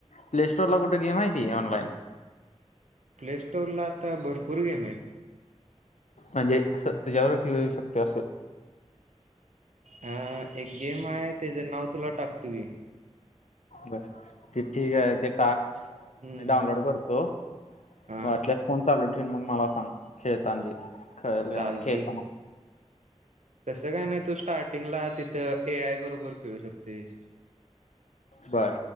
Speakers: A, on the left; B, on the right.
A: प्ले स्टोर ला कुठे गेम आहे ती ऑनलाइन
B: प्लेस्टोअरला आता भरपूर गेम आहेत.
A: म्हणजे असं तुझ्याबरोबर खेळू शकतो नाहीत ते अस.
B: अ एक गेम आहे त्याच नाव तुला टाकतो, मी
A: बर ते ठीक आहे ते टाक.
B: हम्म
A: मी डाउनलोड करतो,
B: हा
A: वाटल तर फोन. चालू ठेव मग मला सांग खेळतांनी खेळेल
B: चालते
A: आणि खेळतानी
B: की तसं काय नाही तु स्टार्ट. जिंकला तिथं एआय बरोबर खेळू शकतेस.
A: बर